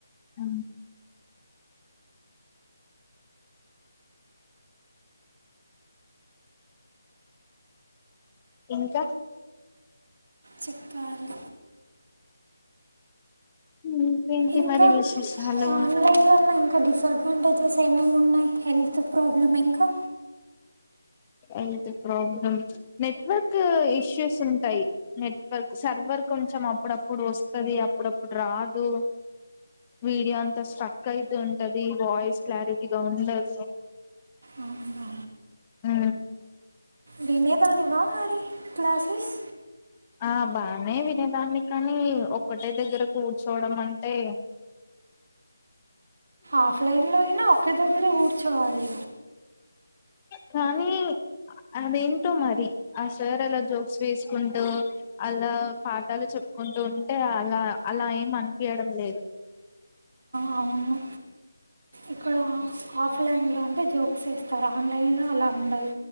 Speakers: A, on the left (about 20°); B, on the right (about 55°).
A: అ ఇంకా
B: చెప్పాల
A: ఇంకేంటి
B: ఇంకా
A: మరి విశేషాలు
B: ఆన్లైన్ వల్ల ఇంకా ఇంకా డిసడ్వాంటేజెస్ ఏమేమి ఉన్నాయి హెల్త్ ప్రాబ్లమ్ ఇంకా
A: అ ప్రాబ్లమ్ నెట్వర్క్ ఇష్యూస్ ఉంటాయి నెట్వర్క్ సర్వర్ అ కొంచం అప్పుడప్పుడు వస్తుంది అప్పుడప్పుడు రాదు వీడియో అంతా స్ట్రక్ అయితే ఉంటది వాయిస్ క్లారిటీగా ఉండదు
B: అవువు
A: ఉ
B: వినేదానివా మరి క్లాసెస్
A: ఆ బానే వినేదాన్ని కానీ ఒక్కటే దగ్గర కూర్చోడం అంటే
B: ఆఫ్లైన్లో అయినా ఒకరి దొ ఒకరే ఊర్చోవాలి
A: కానీ అదేంటో మరి ఆ సార్ అలా జోక్స్ వేసుకుంటూ అలా పాఠాలు చెప్పుకుంటూ ఉంటే అలా అలా ఏం అనిపయడం లేదు
B: అవును ఇక్కడ ఆఫ్లైన్లో అంటే జోక్స్ ఇేస్తారు ఆన్లైన్లో అలా ఉండదు